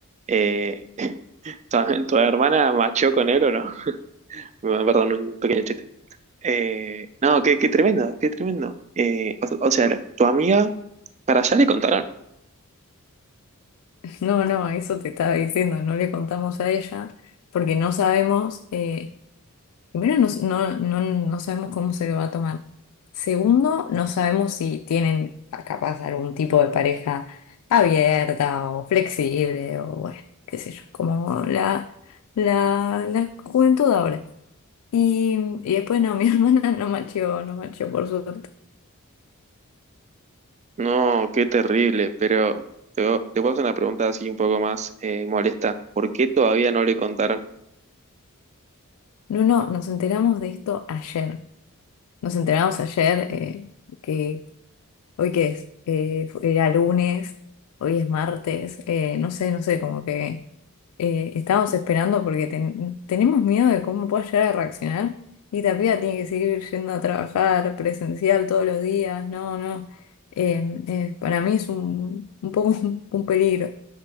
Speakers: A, on the right; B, on the left.
A: eh, <laughs> ¿tu, tu hermana machó con él o no? Bueno, Perdón, un pequeño chiste. Eh, no, qué, qué tremendo, qué tremendo. Eh, o, o sea, tu amiga, para allá le contaron.
B: No, no, eso te estaba diciendo, no le contamos a ella porque no sabemos. eh, Primero, no, no, no, no sabemos cómo se lo va a tomar. Segundo, no sabemos si tienen ah, capaz algún tipo de pareja abierta o flexible o bueno, qué sé yo, como la, la, la juventud ahora. Y, y después no, mi <laughs> hermana no macheó, no macheó por suerte.
A: No, qué terrible, pero te, vo- te puedo hacer una pregunta así un poco más eh, molesta. ¿Por qué todavía no le contaron?
B: No, no, nos enteramos de esto ayer. Nos enteramos ayer eh, que Hoy qué es, eh, fu- era lunes, hoy es martes, eh, no sé, no sé, como que eh, estábamos esperando porque ten- tenemos miedo de cómo pueda llegar a reaccionar y esta piba tiene que seguir yendo a trabajar presencial todos los días, no, no, eh, eh, para mí es un, un poco <laughs> un, un peligro,